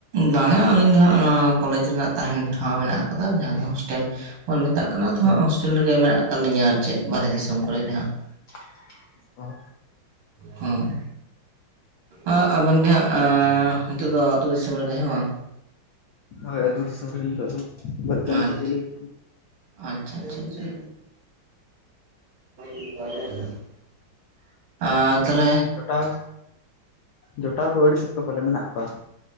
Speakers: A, on the right; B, on the left.
A: ᱵᱟᱝᱟ ᱟᱹᱞᱤᱧ ᱫᱚ ᱦᱟᱸᱜ ᱱᱚᱣᱟᱹ ᱠᱚᱞᱮᱡᱽ ᱨᱮᱱᱟᱜ ᱛᱟᱦᱮᱸᱱ ᱴᱷᱟᱶ ᱢᱮᱱᱟᱜ ᱟᱠᱟᱫᱟ ᱡᱟᱦᱟᱸ ᱫᱚ ᱦᱳᱥᱴᱮᱞ ᱵᱚᱱ ᱢᱮᱛᱟᱜ ᱠᱟ ᱱᱟ ᱟᱫᱚ
B: ᱫᱚ
A: ᱦᱟᱸᱜ ᱦᱳᱥᱴᱮᱞ ᱨᱮᱜᱮ ᱢᱮᱱᱟᱜ ᱟᱠᱟᱫ ᱞᱤᱧᱟᱹ ᱟᱨ ᱪᱮᱫ ᱵᱟᱨᱦᱮ ᱫᱤᱥᱚᱢ ᱠᱚᱨᱮ ᱜᱮ ᱦᱟᱸᱜ ᱾
B: <inaudible> ᱚᱸ
A: ᱦᱮᱸ ᱾ ᱟᱸᱜ ᱟᱵᱮᱱ ᱜᱮ ᱦᱟᱸᱜ ᱟᱸᱻ ᱱᱤᱛᱚᱜ ᱫᱚ ᱟᱛᱳ ᱫᱤᱥᱚᱢ ᱨᱮᱜᱮ ᱦᱮᱸ ᱵᱟᱝ?
B: ᱦᱳᱭ ᱟᱛᱩ ᱫᱤᱥᱚᱢ ᱨᱮᱜᱮ ᱱᱤᱛᱚᱜ ᱫᱚ, ᱵᱟᱹᱫᱷ ᱠᱟᱢᱤ
A: ᱟᱪᱪᱷᱟ
B: ᱠᱚ ᱪᱟᱞᱩ ᱦᱚᱪᱚᱱ
A: ᱟᱪᱪᱷᱟ ᱟᱪᱪᱷᱟ ᱟᱪᱪᱷᱟ ᱾ <inaudible> ᱟᱨ ᱛᱚᱞᱦᱮ
B: ᱡᱚᱴᱟᱣ ᱡᱚᱴᱟᱣ ᱠᱚ ᱟᱹᱲᱤ ᱥᱚᱠᱛᱚ ᱯᱟᱞᱮ ᱢᱮᱱᱟᱜ ᱠᱚᱣᱟ!